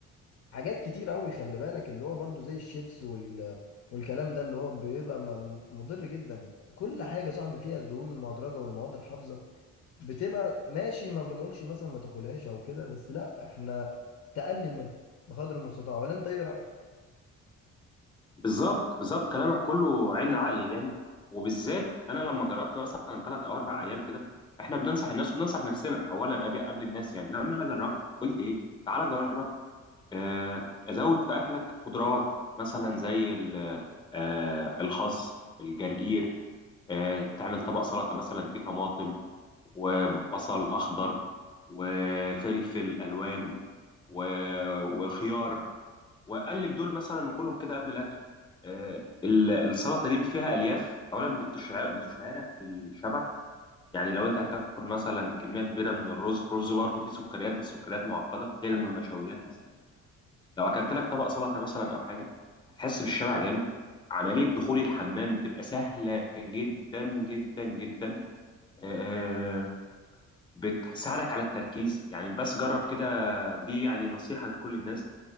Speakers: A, on the left; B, on the left.
A: حاجات كتير قوي خلي بالك اللي هو برضو زي الشيبس وال... والكلام ده اللي هو بيبقى م- مضر جدا كل حاجة صاحبي فيها الدهون المهدرجة والمواد الحافظة بتبقى ماشي ما بنقولش مثلا ما تاكلهاش او كده بس لا احنا تقلل منها بقدر المستطاع ولا انت ايه رايك
B: بالظبط بالظبط كلامك كله عين العقل يعني وبالذات انا لما جربت مثلا ثلاث او اربع ايام كده احنا بننصح الناس وبننصح نفسنا اولا قبل قبل الناس يعني لما انا جربت قلت ايه تعالى جرب آه، ازود في اكلك خضروات مثلا زي ال- آه، الخس الجرجير آه، تعمل طبق سلطة مثلا فيه طماطم وبصل أخضر وفلفل ألوان و... وخيار وقلب دول مثلا وكلهم كده قبل الأكل آه، ال- السلطة دي فيها ألياف أولا بتشع- بتشعرك بالشبع يعني لو أنت هتاكل مثلا كمية كبيرة من الرز الرز برضه فيه سكريات بس سكريات معقدة غير إنه نشويات مثلا لو أكلت لك طبق سلطة مثلا أو حاجة هتحس بالشبع جامد عملية دخول الحمام بتبقى سهلة جدا جدا جدا آه، بتساعدك على التركيز يعني بس جرب كده دي يعني نصيحة لكل الناس